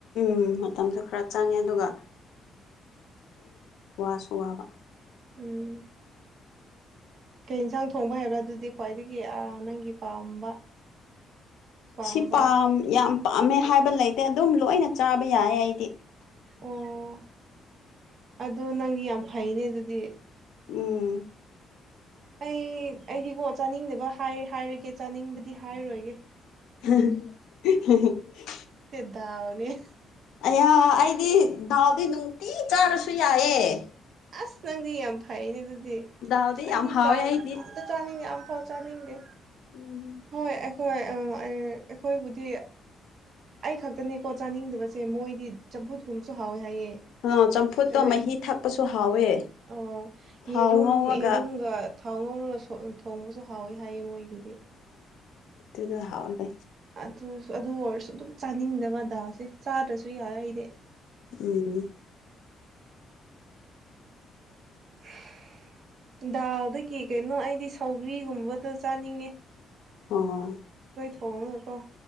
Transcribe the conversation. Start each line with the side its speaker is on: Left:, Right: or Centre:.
Left: ꯎꯝ ꯃꯇꯝꯁꯨ ꯈꯔ ꯆꯪꯉꯦ ꯑꯗꯨꯒ ꯋꯥꯁꯨ ꯋꯥꯕ
Right: ꯎꯝ ꯀꯩ ꯌꯦꯟꯁꯥꯡ ꯊꯣꯡꯕ ꯍꯥꯏꯕ꯭ꯔꯥ ꯑꯗꯨꯗꯤ ꯈ꯭ꯋꯥꯏꯗꯒꯤ ꯅꯪꯒꯤ ꯄꯥꯝꯕ ꯄꯥꯝꯕ
Left: ꯁꯤ ꯌꯥꯝ ꯄꯥꯝꯃꯦ ꯍꯥꯏꯕ ꯂꯩꯇꯦ ꯑꯗꯨꯝ ꯂꯣꯏꯅ ꯆꯥꯕ ꯌꯥꯏ ꯑꯩꯗꯤ
Right: ꯑꯣ ꯑꯗꯨꯣ ꯅꯪꯗꯤ ꯌꯥꯝ ꯐꯩꯅꯦ ꯑꯗꯨꯗꯤ
Left: ꯎꯝ
Right: ꯑꯩ ꯑꯩꯗꯤꯀꯣ ꯆꯥꯅꯤꯡꯗꯕ ꯍꯥꯏꯔꯒꯦ ꯆꯥꯅꯤꯡꯕꯗꯤ ꯍꯥꯏꯔꯣꯏꯒꯦ
Left: <unintelligible>
Right: ꯇ ꯑꯃꯅꯤꯅꯤ
Left: ꯑꯌꯥ ꯑꯩꯗꯤ ꯗꯥꯎꯗꯤ ꯅꯨꯡꯇꯤ ꯆꯥꯔꯁꯨ ꯌꯥꯏꯌꯦꯦ
Right: ꯑꯁ ꯅꯪꯗꯤ ꯌꯥꯝ ꯐꯩꯅꯦ ꯑꯗꯨꯗꯤ
Left: ꯗꯥꯜꯗꯤ
Right: ꯑꯁ ꯑꯩꯗꯤ
Left: ꯌꯥꯝ ꯍꯥꯎꯋꯦ ꯑꯩꯗꯤ
Right: ꯑꯇ ꯆꯥꯅꯤꯡꯉꯤ ꯌꯥꯝ ꯄꯥꯎ ꯆꯥꯅꯤꯡꯗꯦ
Left: ꯎꯝ
Right: ꯍꯣꯏ ꯑꯩꯈꯣꯏ ꯑꯩꯈꯣꯏꯕꯨꯗꯤ ꯑꯩ ꯈꯛꯇꯅꯦꯀꯣ ꯆꯥꯅꯤꯡꯗꯕꯁꯦ ꯃꯣꯏꯗꯤ ꯆꯝꯐꯨꯠ ꯀꯨꯝꯕꯁꯨ ꯍꯥꯎꯋꯦ ꯍꯥꯏꯌꯦ
Left: ꯑ ꯆꯝꯐꯨꯠꯇꯣ
Right: ꯀꯩꯅꯣ
Left: ꯃꯍꯤ ꯊꯛꯄꯁꯨ ꯍꯥꯎꯋꯦ
Right: ꯑꯣ
Left: ꯊꯥꯎ
Right: ꯌꯦꯔꯨꯝ
Left: ꯉꯧꯔꯒ
Right: ꯌꯦꯔꯨꯝꯒ ꯊꯥꯎ ꯉꯧꯔꯒ ꯊꯣꯡꯕꯁꯨ ꯍꯥꯎꯋꯤ ꯍꯥꯏꯌꯦ ꯃꯣꯏꯒꯤꯗꯤ
Left: ꯇꯗ ꯍꯋꯥꯗ
Right: ꯑꯗꯨ ꯑꯗꯨ ꯑꯣꯏꯔꯁꯨ ꯑꯗꯨꯝ ꯆꯥꯅꯤꯡꯗꯕ ꯑ ꯗꯥꯁꯦ ꯆꯥꯗ꯭ꯔꯁꯨ ꯌꯥꯏ ꯑꯩꯗꯤ
Left: ꯎꯝ
Right: <unintelligible> ꯗꯥꯗꯒꯤ ꯀꯩꯅꯣ ꯑꯩꯗꯤ ꯁꯧꯕꯒ꯭ꯔꯤꯒꯨꯝꯕꯗ ꯆꯥꯅꯤꯡꯉꯦ
Left: ꯑꯣ
Right: ꯐꯉꯀꯣ